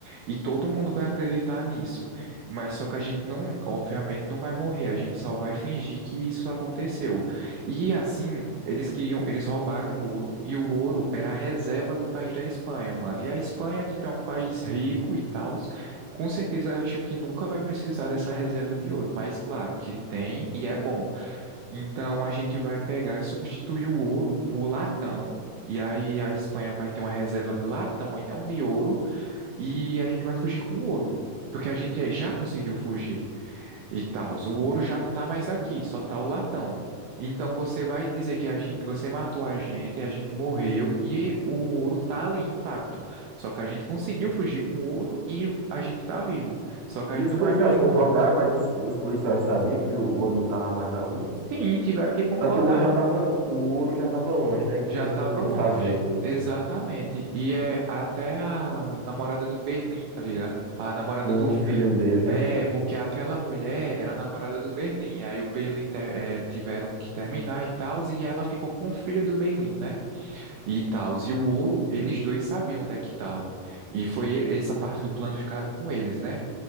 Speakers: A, on the right; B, on the right.
A: E todo mundo vai acreditar nisso. Mas só que a gente não, obviamente, não vai morrer, a gente só vai fingir que isso aconteceu. E assim, eles queriam, eles roubaram o ouro e o ouro era a reserva do país da Espanha, mano. E a Espanha, tipo, é um país rico e tal. Com certeza, eu acho que nunca vai precisar dessa reserva de ouro, mas claro que tem e é bom. Então a gente vai pegar e substituir o ouro por latão. E aí a Espanha vai ter uma reserva de latão e não de ouro, e a gente vai fugir com ouro, porque a gente já conseguiu fugir e tal. O ouro já não tá mais aqui, só tá o latão. Então você vai dizer que a gente, você matou a gente, a gente morreu e o ouro tá ali intacto. Só que a gente conseguiu fugir com o ouro e a gente tá vivo. Só que a
B: E
A: gente
B: os
A: não
B: policiais
A: vai mais já
B: concordaram,
A: trabalhar.
B: mas os, os policiais sabiam que o ouro não tava mais ali.
A: Sim, tiveram que concordar.
B: Só que o ouro já tava, o ouro já tava longe, né? Então
A: Já
B: meio
A: estava
B: que não tinha
A: longe.
B: o que fazer
A: Exatamente. E é até a namorada do Berlim, tá ligado? A namorada
B: com
A: do
B: o filho dele.
A: É, porque aquela mulher era a namorada do Berlim, aí o Berlim te- eh, tiveram que terminar e tal, e ela ficou com o filho do Berlim, né? E tal, e o ouro, eles dois sabiam onde é que estavam. E foi e- essa parte do plano ficaram com eles, né?